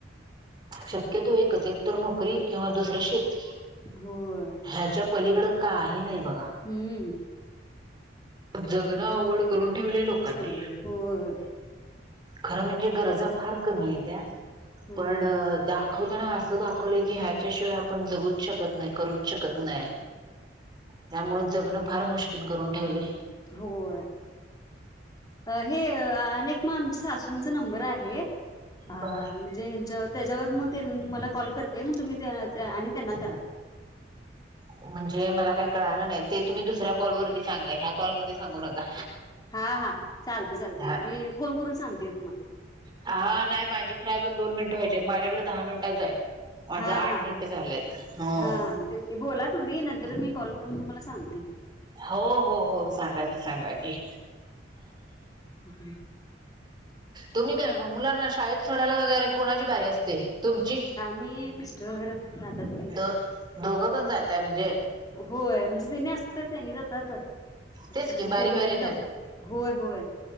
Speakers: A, on the right (about 25°); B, on the left (about 20°).
A: शक्यतो एकच एक तर नोकरी किंवा दुसरं शेती.
B: होय
A: ह्याच्या पलीकडं काही नाही बघा.
B: हम्म
A: जगणं अवघड करून ठेवलय लोकांनी.
B: ठेवले होय
A: खरं म्हणजे गरजा फार कमीयेत्या
B: होय
A: पण दाखवताना असं दाखवलं की हॅ च्याशिवाय आपण जगूच शकत नाही, करूच शकत नाही. त्यामुळे जगणं फार मुश्किल करून ठेवलय.
B: होय. हे अनेक मग आमच्या सासूंचा नंबर आहे हा
A: ब
B: म्हणजे हेंच्या त्याच्यावर मग ते तुम्हाला कॉल करते मग तुम्ही ते हे आणि त्यांना करा.
A: म्हणजे मला काही कळालं नाही ते तुम्ही दुसऱ्या कॉल वरती सांगा ह्या कॉलमध्ये सांगू नका.
B: हा हा चालते चालते
A: हा
B: मी फोन करून सांगते तुम्हाला.
A: हा नाही माझी खरं अजून दोन मिनटं व्हायचेत आहेत माझ्याकडे दहा मिनटं- टच आहे माझं
B: हा
A: आठ
B: हा
A: मिनट झालेत ह.
B: हा तेच बोला तुम्ही नंतर मी कॉल करून तुम्हाला सांगते.
A: हो हो हो सांगा की सांगा की.
B: ह <inaudible>
A: तुम्ही काय मग मुलांना शाळेत सोडायला वगैरे कोणाची भारी असते तुमची?
B: मी, मिस्टर वगैरे जातात.
A: दो दोघं पण जातय म्हणजे
B: होय म्हणजे त्यांनी असल तर त्यांनी जातात.
A: तेच
B: मग
A: की बारी
B: त्यांनी
A: बारीन
B: कम होय होय.